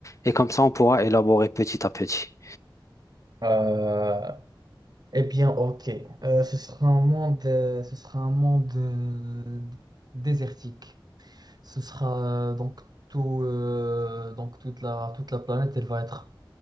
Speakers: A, on the left (about 35°); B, on the right (about 50°).
A: Et comme ça, on pourra élaborer petit à petit.
B: Euh, eh bien, ok. Euh, ce sera un monde, euh, ce sera un monde euh, désertique. Ce sera euh, donc tout, euh, donc toute la, toute la planète, elle va être